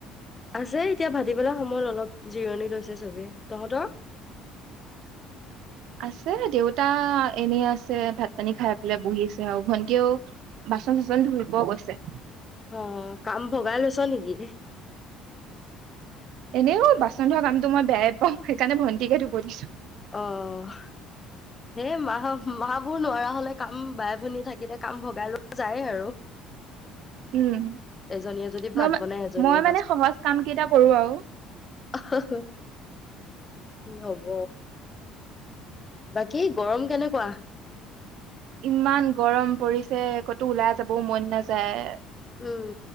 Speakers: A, on the left; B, on the right.
A: আছে, এতিয়া ভাটিবেলা সময়ত অলপ জিৰণি লৈছে চবে, তহঁতৰ?
B: আছে, দেউতা এনে আছে ভাত পানী খাই পেলাই বহিছে আৰু ভন্টিও বাচন চাচন ধুব গৈছে।
A: অ কাম ভগাই লৈছ' নেকি?
B: এ বাচন ধোৱা কামটো মই বেয়াই পাওঁ সেইকাৰণে ভণ্টিকে ধুব দিছো।
A: অ', সেই মাহ মাহবোৰ নোৱাৰা হ'লে কাম বাই ভনী থাকিলে কাম ভগাই লোৱা যায় আৰু।
B: উম,
A: এজনীয়ে যদি
B: মই,
A: ভাত বনাই এজনীয়ে
B: মই মানে সহজ কাম কেইটা কৰোঁ আৰু।
A: অহ। হ'ব। বাকী গৰম কেনেকুৱা?
B: ইমান গৰম পৰিছে ক'তো ওলাই যাবও মন নাযায়।
A: উম,